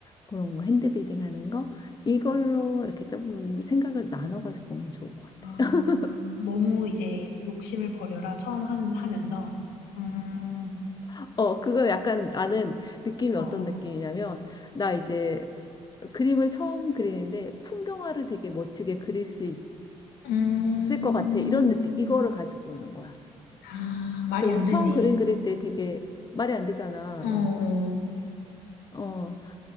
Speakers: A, on the left; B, on the left.
A: 그런
B: 응.
A: 거 핸드빌딩 하는 거 이걸로
B: 어.
A: 이렇게 조금 생각을 나눠가지고 보면 좋을 것
B: 아,
A: 같아요.
B: 너무 이제 욕심을 버려라. 처음 하는 하면서. 음.
A: <laughs> 어, 그거 약간 나는 느낌이
B: 어.
A: 어떤 느낌이냐면 나 이제 그림을 처음 그리는데 풍경화를 되게 멋지게 그릴 수 있,
B: 음.
A: 을것 같아. 이런 느낌, 이거를 가지고 오는 거야.
B: 아, 말이
A: 근데
B: 안
A: 우리
B: 되네.
A: 처음 그림 그릴 때 되게 말이 안 되잖아.
B: 어,
A: 막,
B: 어.
A: 어,